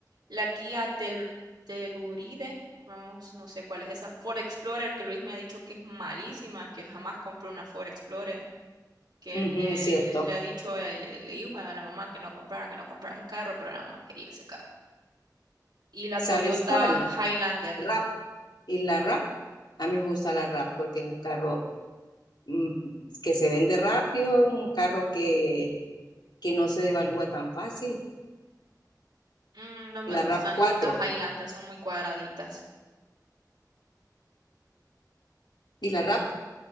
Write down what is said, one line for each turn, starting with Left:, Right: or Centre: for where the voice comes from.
Right: la Kia Tel- Telluride, vamos, no sé cuál es esa, Ford Explorer, que Luis me ha dicho que es malísima, que jamás compró una Ford Explorer, que
Left: Ujú,
Right: él, él
Left: es cierto.
Right: le ha dicho, él- le le dijo a la mamá que no comprara, que no comprara ese carro, pero la mamá quería ese carro. Y la
Left: ¿Sabes
Right: Toyota
Left: cuál?
Right: Highlander.
Left: Rap. Y la Rap, a mí me gusta la Rap porque es un carro mm, que se vende rápido, un carro que, que no se devalúa tan fácil.
Right: Mm, no me
Left: La
Right: gustan
Left: Rap 4.
Right: las Highlander, son muy cuadraditas.
Left: Y la Rap,